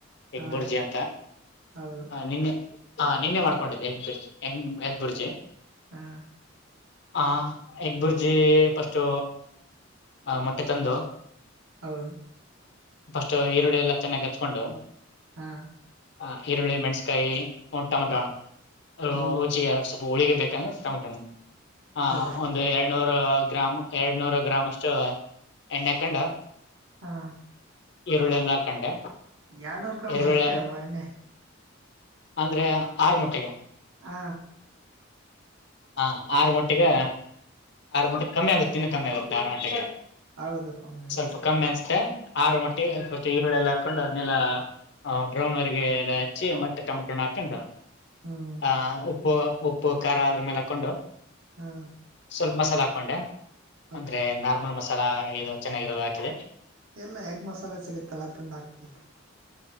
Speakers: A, on the left (about 55°); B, on the right (about 80°).
A: ಹೆಗ್ಬುರ್ಜಿ
B: ಹಾ
A: ಅಂತ
B: ಹೌದು
A: ಹ ನಿನ್ನೆ ಹಾ ನಿನ್ನೆ ಮಾಡ್ಕೊಂಡಿದ್ದೆ ಎಗ್ ಎಗ್ಬುರ್ಜಿ
B: ಹಾ
A: ಹ ಎಗ್ಬುರ್ಜಿ ಫಸ್ಟು ಆ ಮೊಟ್ಟೆ ತಂದು
B: ಹೌದು
A: ಫಸ್ಟು ಈರುಳ್ಳಿ ಎಲ್ಲ ಚೆನ್ನಾಗಿ ಅಚ್ಕೊಂಡು
B: ಹಾ
A: ಹ ಈರುಳ್ಳಿ ಮೆ- ಕೈಯಿ ಒನ್ ಟೊಮೊಟೊ ಊ
B: ಹ್ಮ್
A: <unintelligible> ಉಳಿಗೆ ಬೇಕಂದ್ರೆ <unintelligible> ಹಾ
B: ಹೌದು
A: ಒಂದು ಎರಡ್ನೂರ ಗ್ರಾಮ್ ಎಡ್ನೂರ್ ಗ್ರಾಮಷ್ಟು ಎಣ್ ಕೇಂಡು
B: ಹಾ
A: ಈರುಳ್ಳೆಲ್ಲ ಹಾಕಂಡೆ
B: ಎರಡ್ನೂರ್ ಗ್ರಾಮ್
A: ಈರುಳ್ಳಿ
B: ಜಾಸ್ತಿ ಆಗಲ್ವಾ ಎಣ್ಣೆ
A: ಅಂದ್ರೆ ಆರ್ ಮೊಟ್ಟೆಗೆ
B: ಆ
A: ಹಾ ಆರು ಮೊಟ್ಟೆಗೆ ಆರು ಮೊಟ್ಟೆಗೆ ಕಮ್ಮಿ ಆಗುತ್ತೆ ಇನ್ನು ಕಮ್ಮಿ ಆಗುತ್ತೆ ಆರು ಮೊಟ್ಟೆಗೆ
B: ಹೌದು ಕಮ್ಮಿ ಆಗುತ್ತೆ
A: ಸ್ವಲ್ಪ ಕಮ್ಮಿ ಅನ್ಸ್ತೇ ಆರು ಮೊಟ್ಟಿಗೆ ಈರುಳ್ಳಿ ಎಲ್ಲ ಹಾಕೊಂಡು, ಅದನ್ನೆಲ್ಲ ಬ್ರೌನ್ ವರೆಗೆ ಎಲ್ಲ ಹಚ್ಚಿ, ಮತ್ತೆ ಟೊಮ್ಯಾಟೋ ನ ಹಾಕೊಂಡು,
B: ಹ್ಮ್
A: ಆ ಉಪ್ಪು ಉಪ್ಪು ಖಾರ ಅದ್ರ ಮೇಲೆ ಕೊಂಡು
B: ಹಾ
A: ಸ್ವಲ್ಪ ಮಸಾಲೆ ಹಾಕೊಂಡೆ
B: ಓಕೆ
A: ಅಂದ್ರೆ ನಾರ್ಮಲ್ ಮಸಾಲ ಸಾಲ, ಇದು ಚೆನ್ನಾಗಿರೋದು ಹಾಕಿದೆ
B: ಎಲ್ಲ ಎಗ್ ಮಸಾಲೆ ಸಿಗುತ್ತಲ್ಲ, ತಂದ ಹಾಕ್ಬೋ <unintelligible>